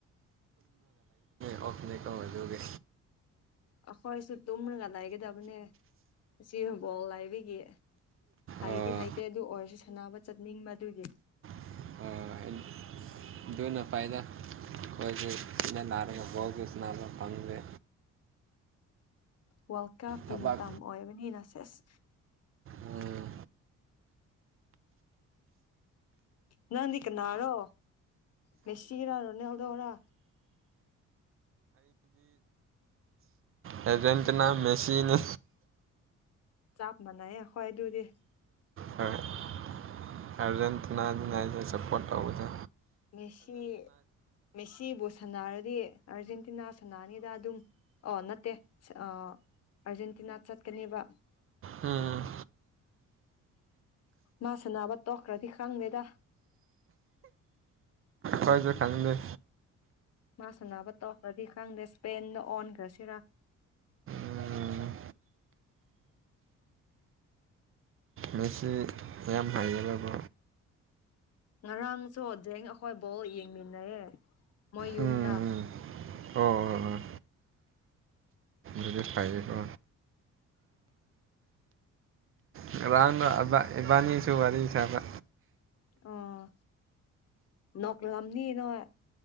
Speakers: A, on the right; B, on the left.
A: ꯑꯣꯐ ꯂꯩ ꯀꯃꯥꯏꯇꯧꯒꯦ
B: ꯑꯩꯈꯣꯏꯁꯨ ꯇꯨꯝꯔꯒ ꯂꯩꯒꯗꯕꯅꯦ ꯑꯁꯤ ꯕꯣꯜ ꯂꯩꯕꯒꯤ ꯍꯩꯗꯤ
A: ꯑꯣ
B: ꯍꯩꯇꯦ ꯑꯗꯨ ꯑꯣꯏꯔꯁꯨ ꯁꯥꯟꯅꯕ ꯆꯠꯅꯤꯡꯕ ꯑꯗꯨꯒꯤ
A: ꯑꯣ ꯑꯗꯨꯅ ꯐꯩꯗ ꯑꯩꯈꯣꯏꯁꯨ ꯂꯥꯛꯔꯒ ꯕꯣꯜ ꯁꯥꯅꯕ ꯐꯪꯗꯦ
B: ꯋꯥꯔꯜ ꯀꯞꯀꯤ
A: ꯊꯕꯛ
B: ꯃꯇꯝ ꯑꯣꯏꯕꯅꯤꯅ ꯁꯦꯁ
A: ꯎꯝ
B: ꯅꯪꯗꯤ ꯀꯅꯥꯔꯣ ꯃꯦꯁꯤꯔ ꯔꯣꯅꯥꯟꯗꯣꯔ
A: ꯑꯥꯔꯖꯦꯟꯇꯤꯅꯥ ꯃꯦꯁꯤꯅꯦ
B: ꯆꯥꯞ ꯃꯅꯥꯏꯌꯦ ꯑꯩꯈꯣꯏ ꯑꯗꯨꯗꯤ
A: ꯍꯣꯏ ꯑꯥꯔꯖꯦꯟꯇꯤꯅ ꯅꯤꯅ ꯑꯩꯈꯣꯏ ꯁꯄꯣꯠ ꯇꯧꯕꯅꯦ
B: ꯃꯦꯁꯤ ꯃꯦꯁꯤꯕꯨ ꯁꯥꯅꯔꯗꯤ ꯑꯥꯔꯖꯦꯟꯇꯤꯅꯥ ꯁꯥꯟꯅꯅꯤꯗ ꯑꯗꯨꯝ ꯑꯣ ꯅꯠꯇꯦ ꯑꯥ ꯑꯥꯔꯖꯦꯟꯇꯤꯅꯥ ꯆꯠꯀꯅꯦꯕ
A: ꯎꯝ
B: ꯃꯥ ꯁꯥꯅꯕ ꯇꯣꯛꯈ꯭ꯔꯗꯤ ꯈꯪꯗꯦꯗ
A: ꯍꯣꯏꯁꯦ ꯈꯪꯗꯦ
B: ꯃꯥ ꯁꯥꯟꯅꯕ ꯇꯧꯀꯈꯔꯗꯤ ꯈꯪꯗꯦ ꯏꯁꯄꯦꯟꯗ ꯑꯣꯟꯈ꯭ꯔꯁꯤꯔ
A: ꯎꯝ ꯃꯦꯁꯤ ꯃꯌꯥꯝ ꯍꯩꯒꯅꯦꯕꯣ
B: ꯉꯔꯥꯡꯁꯨ ꯖꯦꯡ ꯑꯩꯈꯣꯏ ꯕꯣꯜ ꯌꯦꯡꯃꯤꯟꯅꯩꯌꯦ ꯃꯣꯏ ꯌꯨꯝꯗ
A: ꯎꯝ ꯑꯣ ꯑꯣ ꯑꯣ ꯑꯗꯨꯗꯤ ꯐꯩꯌꯦꯀꯣ ꯉꯔꯥꯡꯅ ꯏꯕ ꯏꯕꯥꯅꯤꯁꯨ ꯋꯥꯔꯤ ꯁꯥꯅ
B: ꯑꯣ ꯅꯣꯛꯂꯝꯅꯤ ꯅꯣꯏ